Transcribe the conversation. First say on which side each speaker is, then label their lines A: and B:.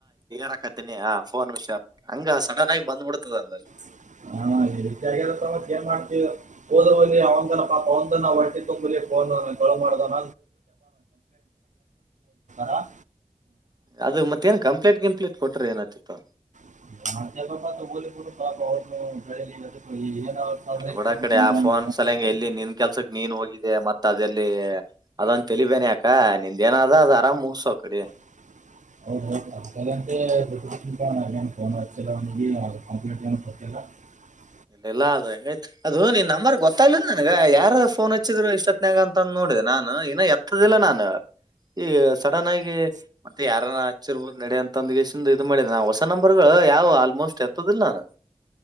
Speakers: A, on the right; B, on the right.
A: ಹಾಕತೀನಿ ಆ ಫೋನ್ ವಿಷ ಹಂಗ ಸಡನ್ ಆಗಿ ಬಂದ್ಬಿಡ್ತದ ಅಂದಲ್ಲಿ
B: <unintelligible> ಏನ್ ಮಾಡ್ತವಿ ಹೋದಲ್ಲಿ ಅವ ಪಾಪ ಒಂದು ದಿನ ಹೊಟ್ಟೆ ತುಂಬಲಿ ಫೋನ್ ಕದ್ದನ <unintelligible>
A: ಅದು ಮತ್ತೇನ್ ಕಂಪ್ಲೀಟ್ ಕಂಪ್ಲೀಟ್ ಕೊಟ್ರ ಏನತಿತ್ತು
B: <unintelligible> ಇತ್ತು
A: ಬುಡಕಡೆ
B: ಅಂತ ತೊಗೊಂಡ
A: ಆ
B: ನನ್
A: ಫೋನ್ ಸಲ ಹಂಗಗೆ ಎಲ್ಲಿ ನಿನ್ ಕೆಲ್ಸಕ್ ನೀನ್ ಹೋಗಿದ್ದ ಮತ್ ಅದಲ್ಲಿ ಅದೊ ತಲಿಬೇನಯಕ ನಿಂದ ಏನಾದ ಅದ ಆರಾಮ್ ಮುಗಸೋ ಕಡೆ
B: <unintelligible> <unintelligible> <inaudible>
A: ಇಲ್ಲ ಇಲ್ಲ ಆದ್ರೂ ಹೆಂಗ್ತತ್ ಅದು ನಿನ್ ನಂಬರ್ ಗೊತ್ತ್ಲಿಲ್ಲ ನನ್ಗ ಯಾರ ಫೋನ್ ಹಚ್ಚಿದ್ರು ಇಷ್ಟೊತ್ಯಾಗ ಅಂತ ನಾನ ಇನ್ನು ಎತ್ತದಿಲ್ಲ ನಾನು ಈ ಸಡನ್ ಆಗಿ ಮತ್ತೆ ಯಾರ ಹಚ್ಚಿರ್ಬೋದು ನೆಡಿ ಅಂತಂದ ಇದು ಮಾಡಿದೆ ಹೊಸ ನಂಬರ್ಗಳು ಯಾವ್ ಆಲ್ಮೋಸ್ಟ್ ಎತ್ತದಿಲ್ಲ ನಾನು